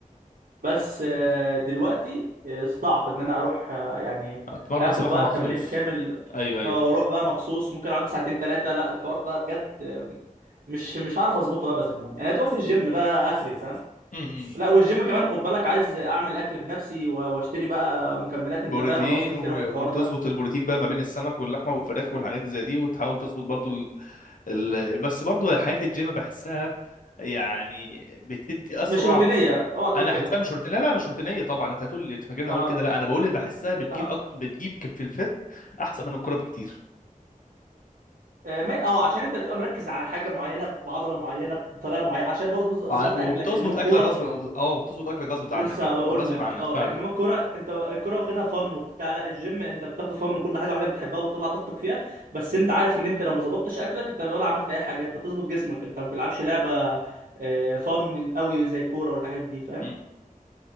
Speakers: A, on the right (about 80°); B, on the left (about 70°).
A: بس آه، دلوقتي آه، صعب ان انا اروح آه، يعني
B: اتمرن
A: اخد
B: سباحه
A: بقى
B: مخصوص
A: التمرين كامل
B: ايوه ايوه
A: اه واروح بقى مخصوص ممكن اقعد لي ساعتين ثلاثه لا الحوار ده بجد آه، مش مش هعرف اظبطه ابدا يعني انا دلوقتي الجيم ده اخري فاهم
B: امم
A: لا والجيم كمان خد بالك عايز اعمل اكل بنفسي و- واشتري بقى مكملات انت
B: بروتين
A: فاهم انا بصرف
B: و-
A: كتير قوي في الحوار
B: وتظبط
A: ده
B: البروتين بقى ما بين السمك واللحمه والفراخ والحاجات زي دي وتحاول تظبط برضو ال... ال... بس برضو حياه الجيم بحسها يعني بتدي
A: مش
B: اسرع
A: روتينيه اوعى تقول
B: انا
A: كده
B: حاسسها مش روتينيه لا مش روتينيه طبعا انت هتقول لي أنت فاكرني
A: اه
B: اقول كده لا انا بقول بحسها بتجيب
A: اه
B: أكت... بتجيب كف في الفت احسن من الكوره بكتير
A: آه، ما- اه عشان انت بتبقى مركز على حاجه معينه بعضله معينه بطريقه معينه عشان برضه
B: وع-
A: ظابط
B: وبتظبط
A: اكلك انما الكوره
B: اكل غصب اه بتظبط اكل غصب عنك
A: لسه
B: يعني
A: بقول
B: غصب
A: لك
B: عنك
A: اه
B: فعلا
A: انما الكوره انت الكوره واخدها فن وبتاع لا الجيم انت بتاخده فن وكل حاجه وحاجه بتحبها وبتطلع طاقتك فيها بس انت عارف ان انت لو ما ظبطتش اكلك انت ولا عملت اي حاجه انت بتظبط جسمك انت ما بتلعبش لعبه آه، فن قوي زي الكوره والحاجات دي فاهم
B: مم.